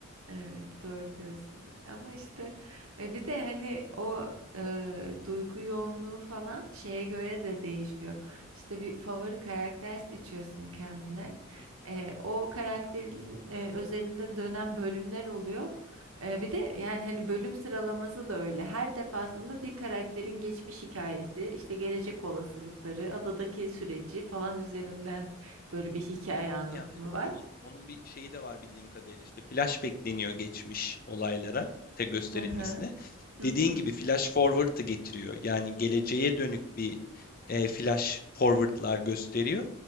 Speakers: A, on the right (about 80°); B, on the left (about 40°).
A: Evet, doğru diyorsun. Ama işte e, bir de hani o e, duygu yoğunluğu falan şeye göre de değişiyor. İşte bir favori karakter seçiyorsun kendine.
B: Hı hı.
A: E, o karakterin e, özelinde dönen bölümler oluyor. E, bir de yani hani bölüm sıralaması da öyle. Her defasında bir karakterin geçmiş hikayesi, işte gelecek olasılıkları, adadaki süreci falan üzerinden böyle bir hikaye anlatımı
B: Ya evet
A: var.
B: onun onun bir şeyi de var bildiğim kadarıyla işte flash bekleniyor geçmiş olaylara te gösterilmesine.
A: Hı hı. Hı
B: Dediğin
A: hı.
B: gibi flash forwardı getiriyor. Yani geleceğe dönük bir e, flash forward'lar gösteriyor.